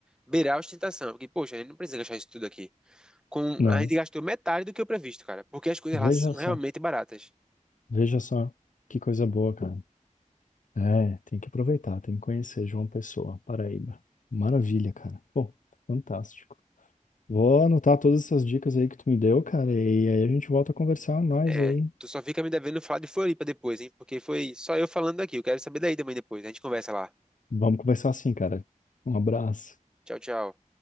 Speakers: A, in the centre; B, on the left.
A: beirar a ostentação. Porque, poxa, a gente não precisa gastar isso tudo aqui. Com,
B: né?
A: a gente gastou metade do que o previsto, cara, porque as coisas
B: Veja
A: lá são
B: só,
A: realmente baratas.
B: veja só que coisa boa, cara. É, tem que aproveitar, tem que conhecer João Pessoa, Paraíba. Maravilha, cara. Pô, fantástico. Vou anotar todas essas dicas aí que tu me deu, cara, e aí a gente volta a conversar mais
A: É,
B: aí.
A: tu só fica me devendo falar de Floripa depois, hein? Porque foi só eu falando daqui. Eu quero saber daí também depois. A gente conversa lá.
B: Vamos conversar assim, cara. Um abraço.
A: Tchau, tchau.